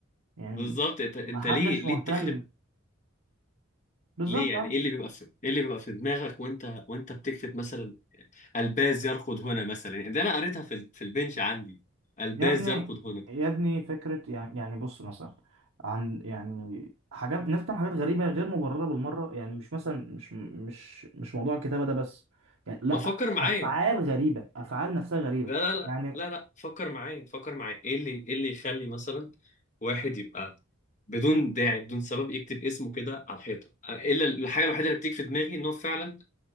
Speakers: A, on the right; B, on the left.
A: يعني
B: بالظبط انت انت
A: ما حدش
B: ليه ليه
A: مهتم
B: بتخرب
A: بالظبط
B: ليه يعني
A: يعني.
B: ايه اللي بيبقى في ايه اللي بيبقى في دماغك وانت وانت بتكتب مثلا الباز يركض هنا مثلا يعني ده انا قريتها في ال- في البنش عندي الباز
A: يا ابني
B: يركض هنا
A: يا ابني فكره يعني يعني بص مثلا عن يعني حاجات الناس بتعمل حاجات غريبه غير مبرره بالمره يعني مش مثلا مش مش مش موضوع الكتابه ده بس يعني لا
B: ما تفكر معايا
A: افعال غريبه افعال نفسها غريبه
B: لا لا لا
A: يعني
B: لا لا فكر معايا فكر معايا ايه اللي ايه اللي يخلي مثلا واحد يبقى بدون داعي بدون سبب يكتب اسمه كده على الحيطه الا الحاجه الوحيده اللي بتيجي في دماغي ان هو فعلا